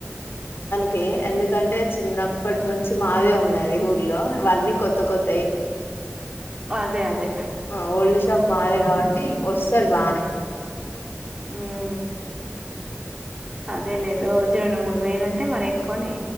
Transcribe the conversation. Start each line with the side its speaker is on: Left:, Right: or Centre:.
Left: కే ఎందుకంటే చిన్నప్పటి నుంచి మాదే ఉన్నది ఊర్లో ఇవన్నీ కొత్త కొత్
Right: అదే అదే
Left: ఆ ఓల్డ్ షాప్ మాదే కాబట్టి వస్తారు బానే.
Right: ఊమ్ అదేలే రోజు రెండు మూడు వేలు అంటే మరి ఎక్కువనే.